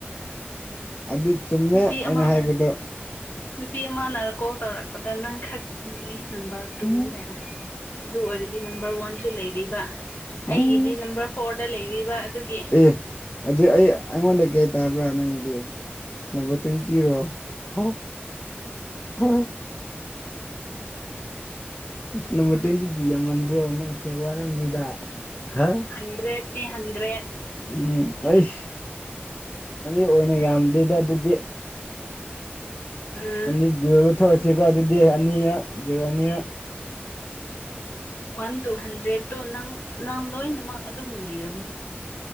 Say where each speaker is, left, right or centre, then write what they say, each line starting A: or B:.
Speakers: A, on the left; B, on the left.
A: ꯑꯗꯨ ꯆꯨꯝꯃꯦ
B: ꯅꯨꯄꯤ
A: ꯑꯩꯅ
B: ꯑꯃꯅ
A: ꯍꯥꯏꯕꯗꯣ
B: ꯅꯨꯄꯤ ꯑꯃꯅ ꯀꯣꯜ ꯇꯧꯔꯛꯄꯗ ꯅꯪ ꯈꯛꯇꯅꯤ ꯅꯝꯕꯔ ꯇꯨ
A: ꯎꯝ
B: ꯍꯥꯏꯦꯟꯅ ꯑꯗꯨ ꯑꯣꯏꯔꯗꯤ ꯅꯝꯕꯔ ꯋꯥꯟꯁꯨ ꯂꯩꯔꯤꯕ ꯑꯩꯒꯤꯗꯤ
A: ꯎꯝ
B: ꯅꯝꯕꯔ ꯐꯣꯔꯗ ꯂꯩꯔꯤꯕ ꯑꯗꯨꯒꯤ
A: ꯑꯦ ꯑꯗꯨ ꯑꯩ ꯑꯩꯉꯣꯟꯗ ꯀꯩ ꯇꯥꯕ꯭ꯔꯥ ꯅꯪꯗꯤ ꯅꯝꯕꯔ ꯇ꯭ꯋꯦꯟꯇꯤꯔꯣ ꯑꯣ ꯑꯝ ꯅ ꯇ ꯌꯦꯖꯗꯤ ꯌꯃꯟꯣ ꯅꯪ ꯁꯨꯕꯔꯅꯤꯗꯥ ꯍꯥ
B: ꯍꯟꯗ꯭ꯔꯦꯠꯅꯤ ꯍꯟꯗ꯭ꯔꯦꯠ
A: ꯎꯝ ꯑꯩꯁ ꯑ ꯑꯣꯏꯅ ꯌꯥꯝꯗ꯭ꯔꯣꯏꯗ ꯑꯗꯨꯗꯤ
B: ꯎꯝ
A: ꯑꯗꯨꯗꯤ ꯖꯤꯔꯣ ꯂꯧꯊꯣꯛꯑꯁꯤꯀꯣ ꯑꯗꯨꯗꯤ ꯑꯅꯤꯔꯛ ꯖꯤꯔꯣ ꯑꯅꯤꯔ
B: ꯋꯥꯟ ꯇꯨ ꯍꯟꯗ꯭ꯔꯦꯗꯠꯇꯣ ꯅꯪ ꯅꯪ ꯂꯣꯏꯅꯃꯛ ꯑꯗꯨꯝ ꯂꯩꯔꯕꯅꯤ